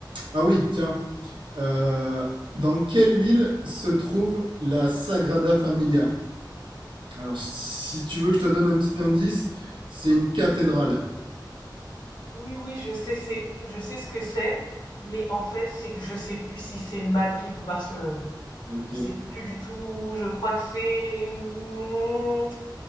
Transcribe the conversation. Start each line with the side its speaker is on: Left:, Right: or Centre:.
Right: Ah oui, tiens. Euh, Dans quelle ville se trouve la Sagrada Familia? Alors, si tu veux que je te donne un petit indice, c'est une cathédrale.
Left: Oui, oui, je sais, c'est, je sais ce que c'est, mais en fait, c'est que je sais plus si c'est Madrid ou Barcelone.
Right: Ok.
Left: Je sais plus du tout, je crois que c'est mmh,